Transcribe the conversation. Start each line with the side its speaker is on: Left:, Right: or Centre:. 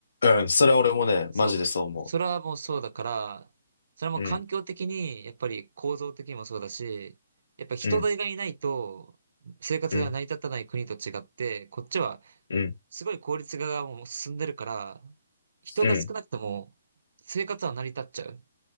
Left: うん。それは俺もね、
Right: そう。
Left: マジでそう思
Right: それはもうそうだから、それはもう環境的に、
Left: う。うん、
Right: やっぱり構造的にもそうだし、やっぱ人手がいないと生活が成り立たない国と違って、
Left: うん、うん、
Right: こっちは
Left: うん、
Right: すごい効率化がもう進んでるから、人が少なくとも生活は成り立っちゃう
Left: うん、うん、